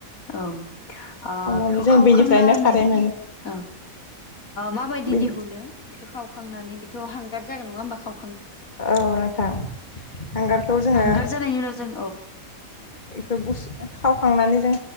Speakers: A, on the left; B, on the left.
A: औ। ओ
B: खावनानै
A: बेखौ
B: जों
A: खावखांनानै
B: बेनिफ्रायनो खारै मोनो
A: ओ माबायदि
B: बेनि
A: दिहुनो। बेखौ खावखांनानै बिथ' हांगार जागोन नङा होमबा खाव।
B: औ नोंथां हांगारखौ जोङो
A: हांगार जानायनि उनाव जों
B: बेखौ गुसु खावखांनानै जों